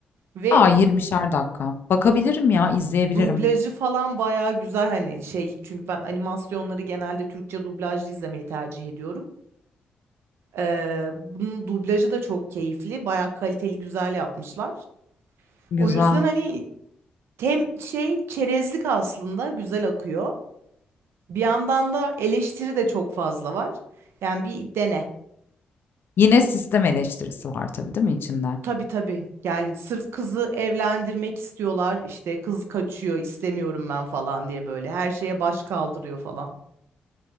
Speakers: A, on the right (about 75°); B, on the left (about 60°).
A: Ve
B: Aa 20'şer dakika. Bakabilirim
A: du
B: ya, izleyebilirim.
A: dublajı falan bayağı güzel hani şey. Çünkü ben animasyonları genelde Türkçe dublajlı izlemeyi tercih ediyorum. Ee, bunun dublajı da çok keyifli. Bayağı kaliteli güzel yapmışlar.
B: Güzel.
A: O yüzden hani Tem şey çerezlik aslında güzel akıyor. Bir yandan da eleştiri de çok fazla var. Yani bir dene.
B: Yine sistem eleştirisi var tabii değil mi içinde?
A: Tabii tabii. Yani sırf kızı evlendirmek istiyorlar. İşte kız kaçıyor, istemiyorum ben falan diye böyle her şeye baş kaldırıyor falan.